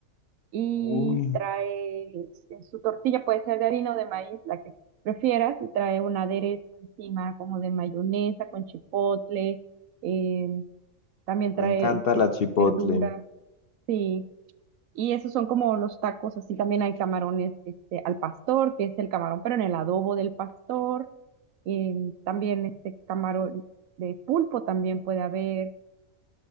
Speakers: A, on the right (about 75°); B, on the left (about 55°).
A: y
B: Uy,
A: trae en su tortilla, puede ser de harina o de maíz, la que prefieras, y trae un aderezo encima como de mayonesa con chipotle, eh, también
B: me
A: trae
B: encanta
A: este,
B: la chipotle.
A: verduras, sí. Y esos son como los tacos, así también hay camarones este, al pastor, que es el camarón, pero en el adobo del pastor. em, también este camarón de pulpo también puede haber.